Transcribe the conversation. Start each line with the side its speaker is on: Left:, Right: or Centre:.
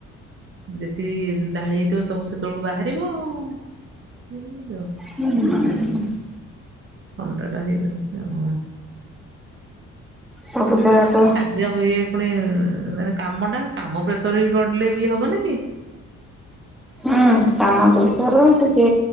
Right: ଯେତିକି ଢାଳି ହେଇଥିବ ସବୁ ସେତେବେଳକୁ ବାହାରିବ ଆଉ କିଏ କଣ କରିବ।
Centre: <unintelligible>
Right: ଥଣ୍ଡା ଟା ହେଇଯାଉଛି ଆଉ।
Centre: ସବୁ ଜାଗା ତ
Right: ଯଉ ଇଏ ପୁଣି ମାନେ କାମ ଟା କାମ ପ୍ରେସର ବି ପଡିଲେବି ହବନିକି?
Centre: ହୁଁ। କାମ ପ୍ରେଷର ଟିକେ